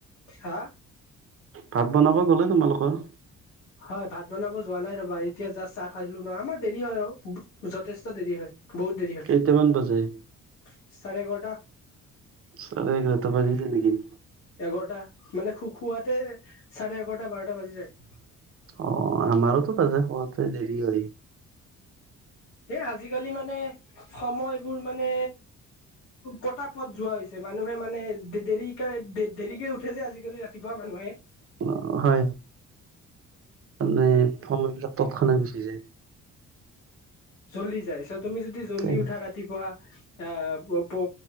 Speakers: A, on the left; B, on the right.
A: হা
B: ভাত বনাব গ'লে তোমালোকৰ
A: হয়। ভাত বনাব যোৱা নাই। ৰবা এতিয়া জাষ্ট চাহ খাইছিলো নহ আমাৰ দেৰি হয় অ ব যথেষ্ট দেৰি হয়। বহুত দেৰি হত
B: কেইটামান বাজে
A: চাৰে এঘৰটা
B: চাৰে এঘাৰটা বাজি যায় নেকি?
A: এঘৰটা মানে খু খুৱতে চাৰে এঘৰটা বাৰটা বাজি যায়।
B: অ', আমাৰোতো বাজে খোৱাওতে দেৰি হয়।
A: এ আজিকালি মানে সময়বোৰ মানে পটা পত যোৱা হৈছে। মানুহে মানে দেৰিক দেৰিকে উঠে যে আজিকালি ৰা তিপুৱা মানুহে।
B: অঁ হয়। তাৰমানে ফৰ্ময় বিলাক তৎক্ষণাত গুচি যায়।
A: জল্দি যাই, চ তুমি যদি জল্দি
B: তেনে
A: উঠা ৰাতিপুৱা আঁহ প